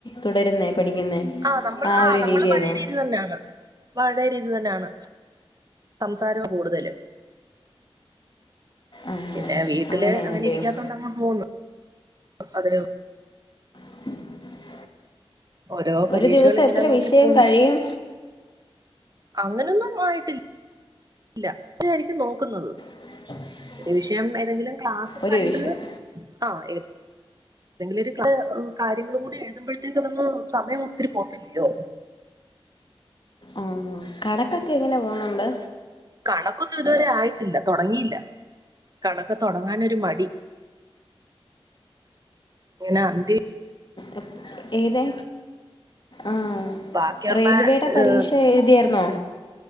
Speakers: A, on the left; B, on the right.
A: തുടരുന്നേ പഠിക്കുന്നേ?
B: ആ നമ്മള് ആ
A: ഒരു
B: നമ്മള്
A: രീതിയാണോ
B: പഴയ രീതി തന്നെയാണ്. പഴയ രീതിൽ തന്നാണ് സംസാരം കൂടുതല്.
A: ആഹ്
B: പിന്നെ വീട്ടില്
A: അങ്ങനെയാണല്ലയോ
B: അങ്ങനെ ഇരിക്കാത്ത കൊണ്ടങ്ങ് പോവുന്നു അതി
A: <inaudible>
B: ഓരോ പരീക്ഷകൾ
A: ഒരു ദിവസം
B: ഇങ്ങനെ
A: എത്ര
B: നോക്കിപ്പോവുന്നു.
A: വിഷയം കഴിയും
B: അങ്ങനൊന്നും ആയിട്ടില്ല <unintelligible> നോക്കുന്നത്.
A: <inaudible>
B: ഒരു വിഷയം ഏതെങ്കിലും ക്ലാസും
A: ഒരു
B: കണ്ട്
A: വിഷയം
B: ആഹ് എന്തെങ്കിലും ഒരു കാര്യങ്ങളും കൂടി എഴുതുമ്പഴത്തേനതൊന്ന് സമയം ഒത്തിരി പോകില്ലയോ?
A: ആഹ് കണക്കൊക്കെ എങ്ങനെ പോവുന്നുണ്ട്?
B: കണക്കൊന്നും ഇതുവരെ ആയിട്ടില്ല തുടങ്ങിയില്ല കണക്ക് തുടങ്ങാൻ മടി ഇങ്ങനെ അന്തി
A: എപ് ഏത് ആഹ്
B: ബാക്കിയുള്ള
A: റെയിൽവേടെ പരീക്ഷ
B: ഏഹ്,
A: എഴുതിയായിരുന്നോ?